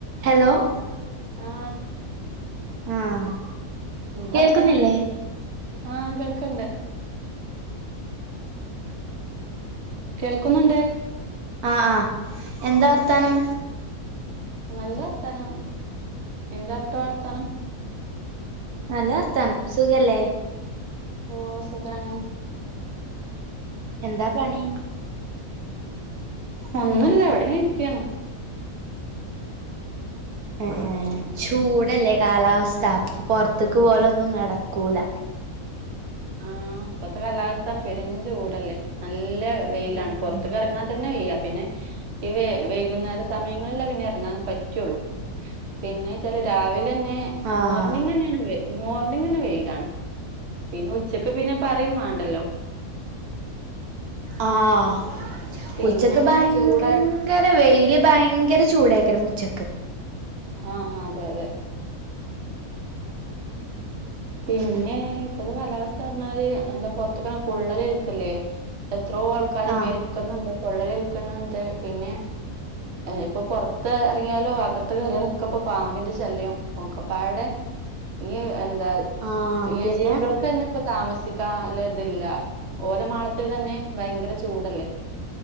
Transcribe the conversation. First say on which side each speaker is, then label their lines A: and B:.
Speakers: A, on the right; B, on the right.
A: ഹലോ.
B: ആ,
A: ആഹ്
B: എന്താ
A: കേൾക്കുന്നില്ലേ
B: വർത്താനം? ആ, കേൾക്കണ്ട്. കേൾക്കുന്നുണ്ട്.
A: ആ, ആ. എന്താ വർത്താനം?
B: നല്ല വർത്താനം. എന്താ അവിടത്തെ വർത്താനം?
A: നല്ല വർത്താനം സുഖല്ലേ?
B: ഓ, സുഖണ്
A: എന്താ പണി?
B: ഒന്നുല്ല, ഇവിടെങ്ങനെ ഇരിക്കയണ്.
A: ഉം ചൂടല്ലേ കാലാവസ്ഥ അപ്പം പൊറത്തേക്ക് പോല് ഒന്നും നടക്കൂല
B: ആഹ് ഇപ്പഴത്തെ കാലാവസ്ഥ പറഞ്ഞാ പെരും ചൂടല്ലേ നല്ല- വെയിലാണ്
A: ഉം
B: പൊറത്തേക്ക് എറങ്ങാൻ തന്നെ വയ്യാ പിന്നെ- ഈ വൈകുന്നേര സമയങ്ങളെല പിന്നെ എറങ്ങാന് പറ്റുള്ളൂ പിന്നെ വെച്ചാല് രാവിലെ തന്നെ
A: ആഹ്
B: മോർണിംഗ് മോർണിംഗിന് വെയില് ആണ് പിന്നെ ഉച്ചക്ക് പിന്നെ പറയും വേണ്ടല്ലോ
A: ആഹ്
B: പിന്നെ
A: ഉച്ചക്ക് ഭയങ്കര
B: ചൂടായി
A: - ഭയങ്കര വെയില് ഭയങ്കര ചൂടായിക്കാരും ഉച്ചക്ക്
B: ആഹ് അതെ അതെ പിന്നെ ഇപ്പത്തെ കാലാവസ്ഥ പറഞ്ഞാല് എന്താ പൊറത്തൊക്ക പൊള്ളല് ഏൽക്കല്ലേ എത്രോ ആൾക്കാര്
A: ആഹ്
B: മരിക്കുന്നുണ്ട് പൊള്ളലേൽക്കുന്നുണ്ട് പിന്നെ ഇപ്പൊ പൊറ - പൊറത്ത് എറങ്ങിയാലോ അകത്ത് കയറിയാലൊ ഇപ്പൊ പാമ്പിന്റെ ശല്യം ഒക്കെപ്പാടെ- ഈ എന്താ
A: ആഹ്
B: ഇഴ
A: പിന്നെ
B: ജീവികൾക്ക് തന്നെ - ഇപ്പൊ താമസിക്കല് ഇതില്ല ഓല മാളത്തിൽ തന്നെ ഭയങ്കര ചൂടല്ലേ